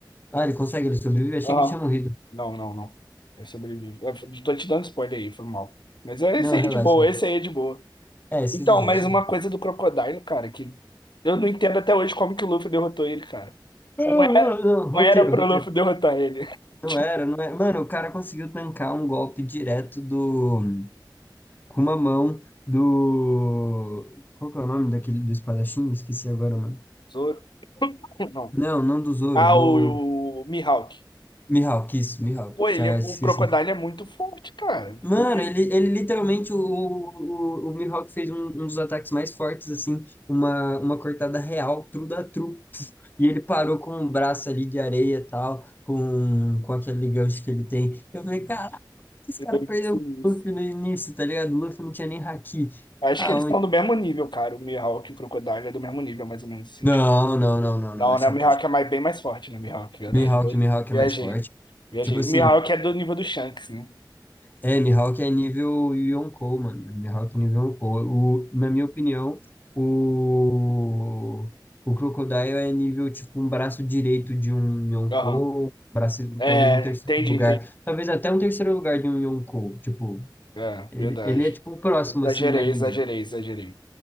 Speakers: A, on the left; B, on the left.
A: Ah, ele consegue, ele sobrevive? Achei
B: Aham.
A: que ele tinha morrido.
B: Não, não, não. Ele sobrevive. Eu tô te dando spoiler aí, foi mal. Mas é esse
A: Não,
B: aí
A: relaxa.
B: é de boa,
A: relaxa.
B: esse aí é de boa.
A: É, isso
B: Então,
A: é de boa,
B: mais
A: isso
B: uma
A: é de boa.
B: coisa do Crocodile, cara, que eu não entendo até hoje como que o Luffy derrotou ele, cara.
A: Ah,
B: Não
A: ah,
B: era,
A: Não, roteiro,
B: não era pro
A: roteiro.
B: Luffy derrotar ele. <laughs>
A: Não
B: Tipo,
A: era, não era. Mano, o cara conseguiu tancar um golpe direto do... com uma mão do. Qual que é o nome daquele do espadachim? Esqueci agora, mano.
B: Zoro, não.
A: Não, não do Zoro,
B: Ah,
A: do.
B: o, o Mihawk.
A: Mihawk, isso, Mihawk.
B: Pô, ele
A: já
B: é,
A: esqueci
B: o Crocodile é muito forte, cara.
A: Mano,
B: Não tem.
A: ele, ele literalmente, o, o, o Mihawk fez um, um dos ataques mais fortes, assim, uma, uma cortada real, tru da tru. E ele parou com um braço ali de areia e tal, com, com aquele gancho que ele tem. Eu falei, caraca, esse
B: Ele
A: cara
B: é
A: perdeu
B: muito sinistro.
A: o Luffy no início, tá ligado? O Luffy não tinha nem haki.
B: Acho
A: Aonde?
B: que eles estão do mesmo nível, cara. O Mihawk e o Crocodile é do mesmo nível, mais ou menos assim.
A: Não,
B: Tipo.
A: não, não, não,
B: Não,
A: não, é
B: né?
A: chapu
B: O Mihawk é mais, bem mais forte, né? O Mihawk, verdade.
A: Mihawk,
B: Vi-
A: Mihawk
B: Viajei.
A: é mais forte.
B: Viajei.
A: Tipo assim,
B: O Mihawk é do nível do Shanks, né?
A: é, Mihawk é nível Yonkou, mano. Mihawk é nível Yonkou. O, na minha opinião, o, o Crocodile é nível, tipo, um braço direito de um Yonkou,
B: Aham.
A: um braço,
B: É,
A: talvez um terceiro
B: entendi,
A: lugar,
B: entendi.
A: talvez até um terceiro lugar de um Yonkou. Tipo,
B: É,
A: ele,
B: verdade.
A: ele é, tipo, o próximo,
B: Exagerei,
A: assim, na linha.
B: exagerei, exagerei.